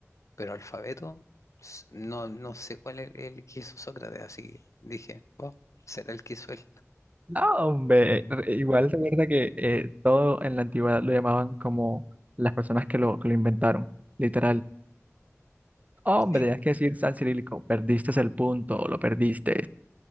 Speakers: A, on the left; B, on the right.
A: Pero alfabeto, s- no, no sé cuál es el que hizo Sócrates, así que dije, oh, será el que hizo él.
B: No, hombre, re- igual recuerda que eh, todo en la antigüedad lo llamaban como las personas que lo, que lo inventaron, literal. Hombre,
A: Sí,
B: tenías que decir San Cirílico, perdiste el punto, lo perdiste.